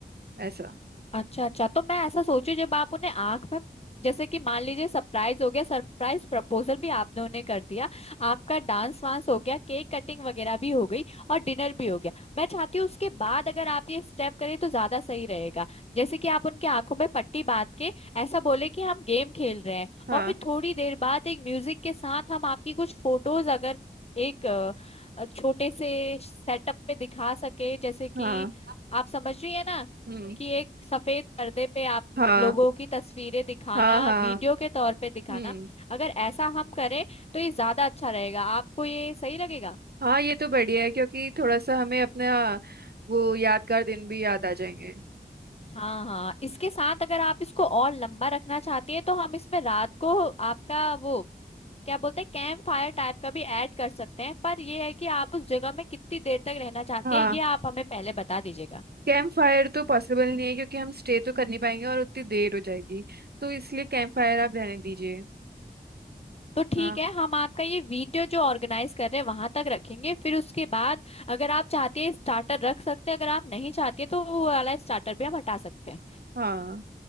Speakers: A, on the right; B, on the left.
A: ऐसा
B: अच्छा अच्छा तो मैं ऐसा सोचू जब आप उन्हें आंख में जैसे कि मान लीजिए सरप्राइज हो गया सरप्राइज प्रपोजल भी आपने उन्हें कर दिया आपका डांस वांस हो गया केक कटिंग वगैरह भी हो गई और डिनर भी हो गया मैं चाहती हूँ उसके बाद अगर आप ये स्टेप करें तो ज्यादा सही रहेगा जैसे कि आप उनकी आंखों में पट्टी बांध के ऐसा बोले कि हम गेम खेल रहे हैं
A: हाँ
B: और फिर थोड़ी देर बाद एक म्यूजिक के साथ हम आपकी कुछ फोटोज अगर एक अ, अ, छोटे से सेटअप पे दिखा सके जैसे कि
A: हाँ
B: आप समझ रही है ना
A: हम्म
B: कि एक सफेद पर्दे पे आप
A: हाँ
B: लोगों की तस्वीरें दिखाना
A: हाँ हाँ
B: वीडियो के तौर पे दिखाना
A: हम्म
B: अगर ऐसा हम करें तो ये ज्यादा अच्छा रहेगा आपको ये सही लगेगा
A: हाँ ये तो बढ़िया है क्योंकि थोड़ा सा हमें अपना वो यादगार दिन भी याद आ जाएंगे
B: हाँ हाँ इसके साथ अगर आप इसको और लंबा रखना चाहती हैं तो हम इसमें रात को आपका वो क्या बोलते हैं कैंप फायर टाइप का भी ऐड कर सकते हैं पर यह है कि आप उस जगह में कितनी देर तक रहना चाहती
A: हाँ
B: हैं ये आप हमें पहले बता दीजिएगा
A: कैंप फायर तो पॉसिबल नहीं है क्योंकि हम स्टे तो कर नहीं पाएंगे और उतनी देर हो जाएगी तो इसलिए कैंप फायर आप रहने दीजिए
B: तो ठीक
A: हाँ
B: है हम आपका ये वीडियो जो ऑर्गेनाइज कर रहे हैं वहां तक रखेंगे फिर उसके बाद अगर आप चाहते हैं स्टार्टर रख सकते हैं अगर आप नहीं चाहते तो वो वाला स्टार्टर भी हम हटा सकते हैं
A: हाँ